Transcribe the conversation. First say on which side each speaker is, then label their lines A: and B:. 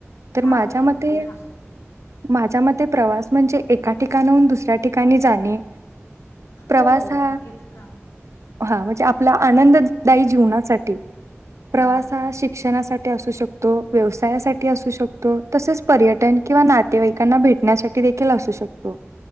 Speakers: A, on the right; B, on the left.
A: तर
B: हा
A: माझ्या
B: ओके
A: मते
B: ओके हा
A: माझ्या मते म्हणजे एका ठिकाणाहून दुसऱ्या ठिकाणी जाने प्रवास
B: हो हो
A: हा
B: नक्कीच हा
A: हा म्हणजे आपला आनंददायी जीवनासाठी प्रवास
B: हा
A: शिक्षणासाठी ते असु शकतो व्यवसायासाठी असू शकतो तसेच पर्यटन किंवा नातेवाईकांना भेट ण्या देखील असू शकतो